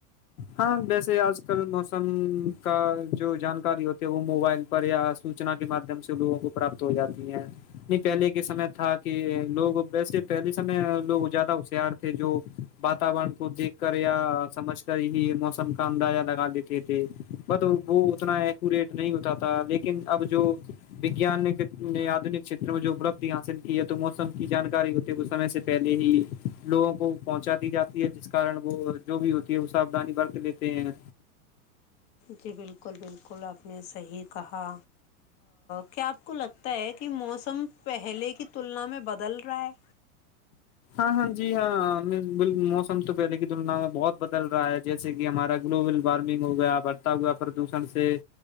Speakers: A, on the left; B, on the left.
A: ہاں ویسے آج کل موسم کا جو جانکاری ہوتی ہے وہ موبائل پر یا سوچنا کے ماددھیم سے لوگوں کو پراپت ہو جاتی ہیں نہیں پہلے کے سمے تھا کہ لوگ ویسے پہلے سمے لوگ زیادہ ہوشیار تھے جو واتورن کو دیکھ کر یا سمجھ کر ہی موسم کا اندازہ لگا دیتے تھے ب وہ اتنا ایکوریٹ نہیں ہوتا تھا لیکن اب جو وگان نے آدنک کت میں جو اپلبد حاصل کی ہے تو موسم کی جانکاری ہوتی وہ سمے سے پہلے ہی لوگوں کو پہنچا دی جاتی ہے جس کارن وہ جو بھی وہ سادانی برت لیتے ہیں
B: جی بالکل بالکل آپ نے صحیح کہا کیا آپ کو لگتا ہے کہ موسم پہلے کی تلنا میں بدل رہا ہے
A: ہاں ہاں جی ہاں موسم تو پہلے کی تلنا میں بہت بدل رہا ہے جیسے کہ ہمارا گلوبل وارمنگ ہو گیا بڑھتا ہوا پردوشن سے